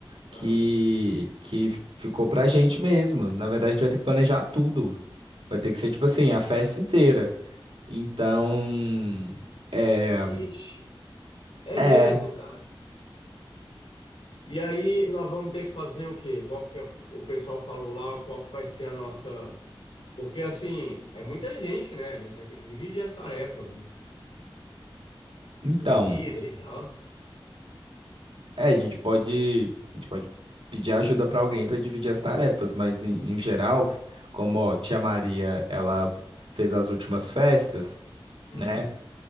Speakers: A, on the right; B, on the left.
A: que,
B: Ah.
A: que ficou pra gente mesmo. Na verdade, a gente vai ter que planejar tudo. Vai ter que ser, tipo assim, a festa inteira. Então, é,
B: Ixi, é
A: é,
B: mesmo, cara. E aí nós vamos ter que fazer o quê? Qual que é, o pessoal falou lá, qual que vai ser a nossa. Porque assim, é muita gente, né? A gente vai ter que dividir as tarefas, né?
A: então,
B: Comida e tal.
A: é, a gente pode, a gente pode pedir ajuda pra alguém pra dividir as tarefas, mas em, em geral, como, ó, tia Maria, ela fez as últimas festas,
B: Hum,
A: né?